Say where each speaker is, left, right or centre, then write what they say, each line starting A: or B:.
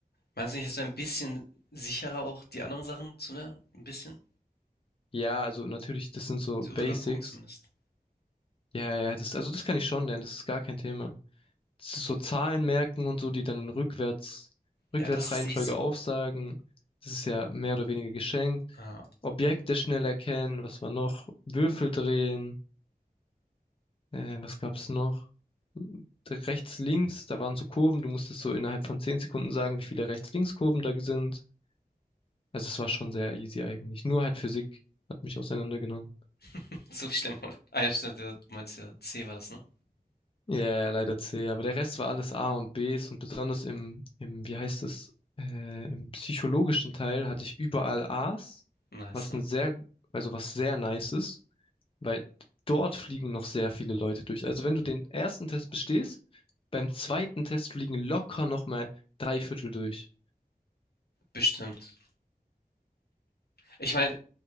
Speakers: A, on the left (about 80°); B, on the left (about 35°).
A: Meinst du nicht, es wäre ein bisschen sicherer, auch die anderen Sachen zu lernen? Ein bisschen?
B: Ja, also natürlich, das sind so
A: Rüber
B: Basics.
A: gucken zumindest.
B: Ja, ja, das, also das kann ich schon lernen. Das ist gar kein Thema. so Zahlen merken und so, die dann rückwärts, Rückwärtsreihenfolge
A: Ja, das ist easy.
B: aufsagen. Das ist ja mehr oder weniger geschenkt.
A: Ah,
B: Objekte schnell erkennen, was war noch? Würfel drehen, äh, was gab's noch? Rechts, links, da waren so Kurven, du musstest so innerhalb von 10 Sekunden sagen, wie viele Rechts-Links-Kurven da sind. Also es war schon sehr easy eigentlich. Nur halt Physik hat mich auseinandergenommen.
A: <laughs> so schlimm, oder? Ah ja, stimmt, du meinst ja, C war das, ne?
B: Ja, ja, leider C, aber der Rest war alles A und Bs und besonders im, im, wie heißt es, äh, im psychologischen Teil hatte ich überall As,
A: Nice,
B: was
A: nice.
B: ein sehr, also was sehr nice ist, weil dort fliegen noch sehr viele Leute durch. Also wenn du den ersten Test bestehst, beim zweiten Test fliegen locker nochmal drei Viertel durch.
A: Bestimmt. Ich meine,